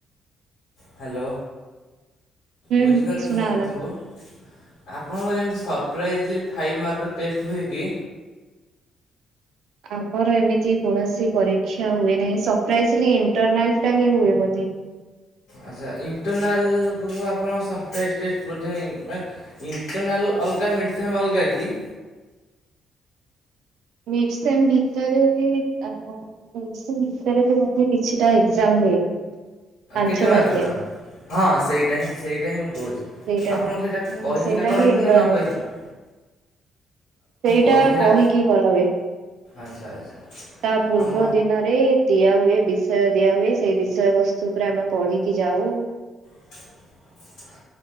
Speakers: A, on the left; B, on the right.
A: ହ୍ୟାଲୋ
B: ହୁଁ
A: ବୁଝିପାରୁଥିବେ
B: ଶୁଣାଗଲା।
A: ମୋ କଥାକୁ। ଆପଣଙ୍କର ଯେମିତି ସରପ୍ରାଇଜଲି ଫାଇମ୍ ମାର୍କର ଟେଷ୍ଟ ହୁଏ କି?
B: ଆମର ଏମିତି କୌଣସି ପରୀକ୍ଷା ହୁଏ ନାହିଁ ସରପ୍ରାଇଜଲି ଇଣ୍ଟରନାଲ ହି ହୁଏ ବୋଧେ
A: ଆଚ୍ଛା ଇଣ୍ଟରନାଲ୍ କୁ ଆପଣ ସରପ୍ରାଇଜ୍ ଟେଷ୍ଟ ବୋଧେ ଇଣ୍ଟର୍ନାଲ୍ ଅଲଗା ମିଡ଼୍ ସେମ୍ ଅଲଗା କି?
B: ମିଡ଼ସେମ୍ ଭିତରେ ହୁଏ ଅଁ ମିଡ଼୍‌ସେମ୍ ଭିତରେବି ବୋଧେ କିଛିଟା ଏଜାମ ହୁଏ। ପାଞ୍ଚ
A: କେତେ ମାର୍କର?
B: ମାର୍କିଆ
A: ହଁ ସେଇଟା ହିଁ ସେଇଟା ହିଁ ମୁଁ କହୁଚି
B: ସେଇଟା।
A: ଆପଣଙ୍କୁ ସେଇଟା
B: ହୁଁ
A: କହିକିନା
B: ସେଇଟା
A: କରନ୍ତି
B: ହିଁ ଇଣ୍ଟରନାଲ
A: ନା ନ କହିକି।
B: ସେଇଟା
A: କହିକିନା
B: କହିକି କରା ହୁଏ।
A: ଆଚ୍ଛା ଆଚ୍ଛା।
B: ତା ପୂର୍ବ
A: ଆମ
B: ଦିନ ଦିଆ ହୁଏ ବିଷୟ ଦିଆ ହୁଏ ସେଇ ବିଷୟ ବସ୍ତୁ ଉପରେ ଆମେ ପଢିକି ଯାଉ।
A: <unintelligible>